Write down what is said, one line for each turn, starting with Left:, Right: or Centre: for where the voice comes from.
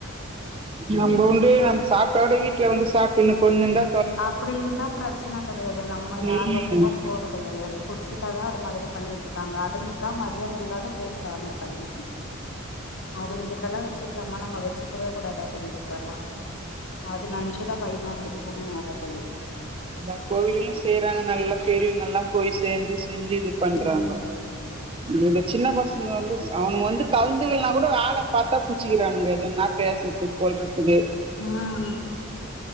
Right: நம்ப உண்டு நம்ம சாப்பாடு வீட் இவுங்க சாப்ட்டு இன்னு கொன்னுண்டா
Left: அப்டி இருந்தா ப்ரச்ன கெடையாது நம்ம யார்
Right: ம்
Left: வம்புக்கூ போறது கெடையாது புச் ஃபிட்டாதா அது மாத்ரி பண்ணிட்ருக்காங்க அது <inaudible> மரியாத இல்லாத பேசுறா அந்த பைய அவங்கிட்டலா வச்சுக்கலாமா நம்ம வச்சுக்கவே கூடாது அவங்கிட்டலா அது நனச்சுதா பயமாருக்குது மோற பெல்லோ
Right: அந்த கோவிலூ செய்யறாங்க நல்ல பெரியவங்கல்லா போய் சேந்து செஞ்சு இது பண்றாங்கோ
Left: ம்
Right: இந்த சின்ன பசங்க வந்து அவனுங்க வந்து கலந்துகிலனா கூட ஆள பாத்தா புச்சிக்கிறானுங்க எதன்னா பேசுறது கொள்றதுக் இது
Left: ம்